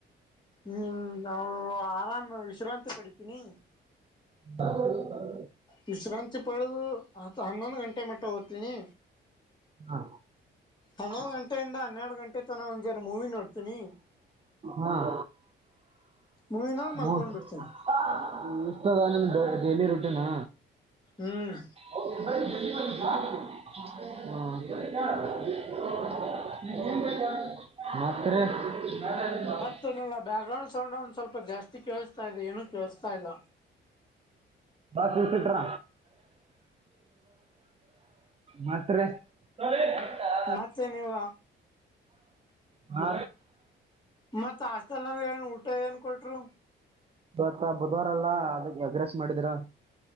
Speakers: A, on the left; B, on the right.
A: ಹ್ಮ ನಾವು ಆರಾಮ್ ವಿಶ್ರಾಂತಿ ಪಡಿತೀನಿ.
B: ಹೌದು ಹೌದು
A: ವಿಶ್ರಾಂತಿ ಪಡೆದು ಆತ ಹನ್ನೊಂದು ಗಂಟೆ ಮಟ್ಟ ಹೋಗ್ತೀನಿ.
B: ಹಾ <unintelligible>
A: ಹನ್ನೊಂದು
B: ಹ್ಮ್
A: ಗಂಟೆಯಿಂದ ಹನ್ನೆರಡು ಗಂಟೆ ತನ ಒಂದ್ ಜರ ಮೂವಿ ನೋಡ್ತೀನಿ
B: ಹ
A: ಮೂವಿ ನೋಡ್
B: ಈ
A: ಮಲ್ಕೊಂಡ್ ಬಿಡ್ತೀನಿ
B: ಇನ್ಸಟ್ರಗ್ರಾಮಿಂದ ಡೇಲಿ ರೂಟ್ಟಿನ್ನಾ.
A: ಹ್ಮ್
B: ಅವ್ರ ಬೈ <unintelligible> ಹ್ಮ ಮಾತ್ರೆ. ಹಾ <unintelligible>
A: <unintelligible> ಬ್ಯಾಕ್ ಗ್ರೌಂಡ್ ಸೌಂಡ್ ಒಂದ್ ಸ್ವಲ್ಪ ಜಾಸ್ತಿ ಕೇಳಿಸ್ತಾ ಇದೆ ಏನು ಕೇಳಿಸ್ತಾ ಇಲ್ಲ.
B: ಬಾಳ <unintelligible> ಇಟ್ರ ಮತ್ರೆ ಹ
A: ಮತ್ತೇನೀವ
B: ಹಾ
A: ಮತ್ತು ಆಸ್ಟಲ್ ಅಂದ್ರೆ ಏನು ಊಟ ಏನು ಕೊಟ್ರು.
B: ಇವತ್ತ ಬುಧವಾರಲ್ಲಾ ಅದ್ಕ ಎಗ್ರೆಸ್ ಮಾಡಿದ್ರು.